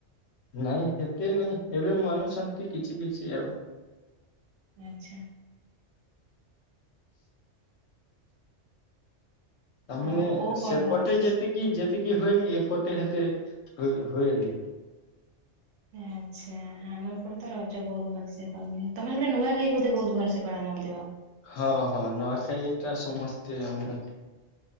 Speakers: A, on the left; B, on the right.
A: ନାଇଁ ହେତେ ନାଇଁ ଏବେ ମାନୁଛନ୍ତି କିଛି କିଛି ଆଉ।
B: ଆଚ୍ଛା।
A: ତାମାନେ
B: ଆଉ କୋଉ
A: ସେପଟେ
B: ପର୍ବ?
A: ଯେତିକି ଯେତିକି ହୁଏ ଏପଟେ ହେତେ ହୁଏ ହୁଏନି।
B: ଆଚ୍ଛା ଆମ ଏପଟେ ତ ରଜ ବହୁତ ଭଲସେ ପଳନ ତମେ ସେପଟେ ନୂଆ ଖାଇ ବୋଧେ ବହୁତ ଭଲସେ ପାଳନ ହଉଥିବ?
A: ହଁ ହଁ ନୂଆଖାଇ ଟା ସମସ୍ତେ ଆମର